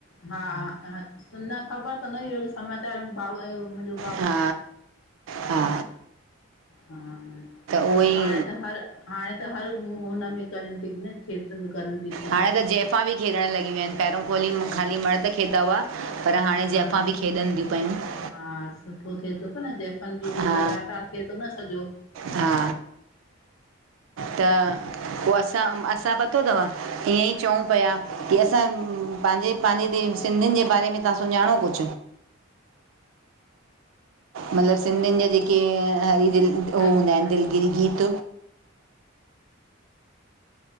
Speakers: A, on the left; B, on the right.
A: हा, न ख़बर त न ई समाचार भाउ <unintelligible> मुंहिंजो --
B: हा हा
A: हा,
B: उहो ई
A: त हाणे त हर हाणे त हर हु हुनमें करन थी न खेथर में करन थी पयूं
B: हाणे त जैहफ़ां बि खेॾणु लॻियू आहिन पहिरियों <unintelligible> ख़ाली
A: ज
B: मर्द खेॾदा हुयां पर हाणे
A: हा
B: जेंफ़ा बि खेॾन थी पयूं --
A: हा सुठो थिए थो पयो न जैफन बि
B: हा
A: लातार थिए थो न सॼो --
B: हा, त पोइ असां असां प तो थव ईअं ई चऊं पिया कि असां पंहिंजे, पंहिंजे सिंधियुन जे बारे में -- त सुञाणु कुझ मतलबु सिंधियुन जा जेके हरी दिलि उ
A: हा
B: हूंदा आहिन दिलगिरी गीत